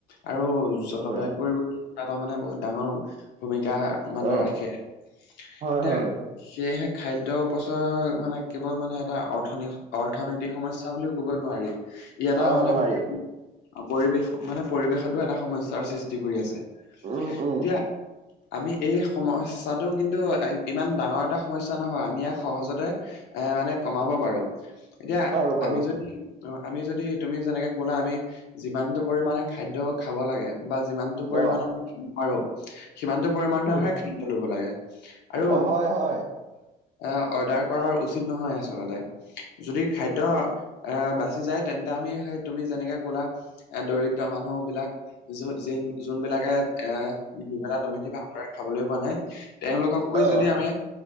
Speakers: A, on the left; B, on the right.
A: আৰু জলবায়ু
B: কৰে
A: পৰিবৰ্তন কৰিবলৈ এটা মানে বহুত ডাঙৰ ভূমিকা। মানে
B: অ
A: ৰাখে।
B: হয়
A: এতিয়া
B: হয়
A: সেয়েহে খাদ্য অপচয় মানে কেৱল মানে এটা অৰ্থ অৰ্থনৈতিক সমস্যা বুলিও ক'ব নোৱাৰি। ই এটা
B: অ
A: মানে
B: নোৱাৰি
A: অ পৰিৱেশ মানে পৰিৱেশটো এটা সমস্যাৰ সৃষ্টি কৰি আছে।
B: উম উম
A: এতিয়া আমি এই সমস্যাটো কিন্তু এই ইমান ডাঙৰ এটা সমস্যা নহয় আমি ইয়াক সহজতে এ মানে কমাব পাৰোঁ। এতিয়া
B: পাৰো পাৰো
A: আমি যদি অ আমি যদি তুমি যেনেকে ক'লা আমি যিমানটো পৰিমানে খাদ্য খাব লাগে বা যিমান সিমানটো পৰিমানৰ
B: অ
A: আমি নোৱাৰোঁ। সিমানটো পৰিমান মানৰহে
B: উম
A: খাদ্য ল'ব লাগে। আৰু
B: অ হয় হয়
A: এ অৰ্ডাৰ কৰাৰ উচিত নহয় আচলতে যদি খাদ্য এহ বাচি যায় তেন্তে আমি সেই তুমি যেনেকে ক'লা এ দৰিদ্ৰ মানুহ বিলাক য যেন যোনবিলাক কে এ দুবেলা দুমিঠি ভালদৰে খাবলৈ পোৱা নাই তেওঁলোকক গৈ
B: অ
A: যদি আমি